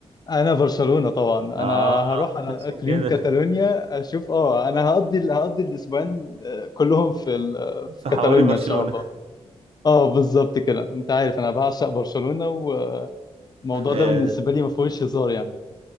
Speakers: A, on the left; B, on the right.
A: انا برشلونة طبعا
B: اه
A: انا هروح على
B: عشان
A: اقليم
B: كده
A: كاتالونيا اشوف اه انا هقضي هقضي الاسبوعين آه، كلهم في ال- في
B: في
A: كاتالونيا
B: حواري برشلونه
A: ان شاء الله اه بالظبط كده انت عارف انا بعشق برشلونة والموضوع ده
B: آه.
A: بالنسبة لي ما فيهوش هزار يعني